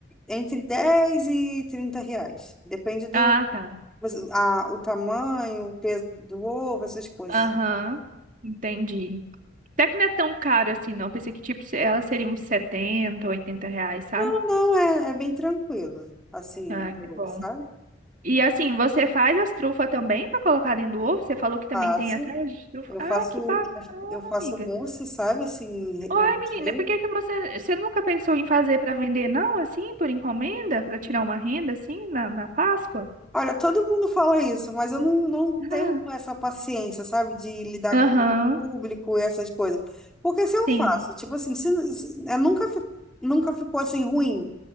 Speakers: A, in the centre; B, on the right.
A: entre 10 e 30 reais. Depende do
B: Ah, tá.
A: a, o tamanho, o peso do ovo, essas coisas.
B: Aham. Entendi. Até que não é tão caro assim, não. Pensei que tipo se- ela seria uns 70, 80 reais, sabe?
A: Não, não, é, é bem tranquilo, assim,
B: Ah,
A: o
B: que
A: valor,
B: bom.
A: sabe?
B: E assim, você faz as trufas também pra colocar dentro do ovo? Você falou que também
A: Faço,
B: tem atrás de trufa.
A: eu
B: Ah,
A: faço,
B: que bacana,
A: eu faço
B: amiga.
A: mousse, sabe? Assim,
B: Uai,
A: o
B: menina,
A: recheio
B: por que que você, você nunca pensou em fazer para vender, não, assim, por encomenda, para tirar uma renda, assim, na, na Páscoa?
A: Olha, todo mundo fala isso, mas eu não, não tenho
B: Ah,
A: essa paciência, sabe, de lidar
B: Aham,
A: com o público e essas coisas. Porque se eu
B: sim.
A: faço, tipo assim, se, se- é, nunca, fi- nunca ficou assim ruim,